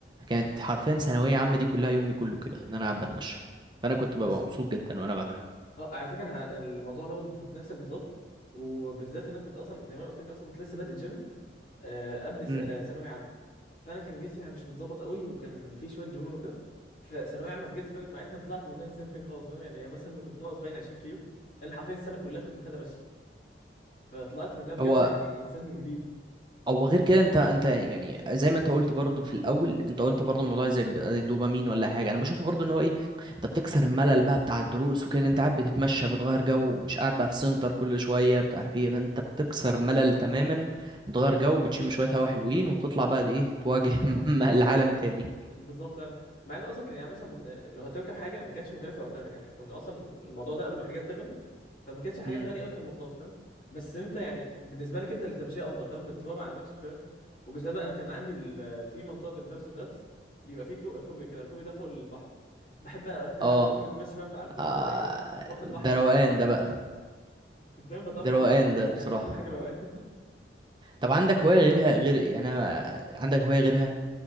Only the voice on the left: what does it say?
بس
اه على فكره انا الموضوع ده برضه كنت نفسك بالظبط وبالذات ان انا كنت اصلا زي ما انا قلت لك اصلا كنت لسه بادئ جيم آه، قبل س-
آه، ثانويه عامه فانا كان جسمي يعني مش متظبط قوي وكان في شويه دهون وكده فثانويه عامه بجد فرقت معايا <laughs> انا طلعت منها انسان تاني خالص فاهم يعني مثلا كنت ناقص باين 20 كيلو لان حرفيا السنه كلها كنت واخدها ماشي فطلعت منها بجد
يعني انسان جديد
بالظبط فعلا مع ان اصلا كان يعني مثلا لو هتركب حاجه ما كانتش مكلفه وقتها يعني كنا اصلا الموضوع ده قبل ما حاجات تغلى فما كانتش حاجات
غاليه قوي كمواصلات فاهم بس انت يعني بالنسبه لك انت اللي تمشيها افضل فاهم بتتبع على نفسك شويه وبالذات بقى انا كان عندي ال- في منطقه بين دبس ودبس بيبقى فيه كو- كوبري كده الكوبري ده فوق البحر بحب بقى <laughs> اقوم
متمشي بقى على الكوبري
ده دايما واخد راحتي
بقى فاهم
كنت دايما بتاخر
والله على الدرس،
بس
يعني اهم حاجه الوقايه <laughs>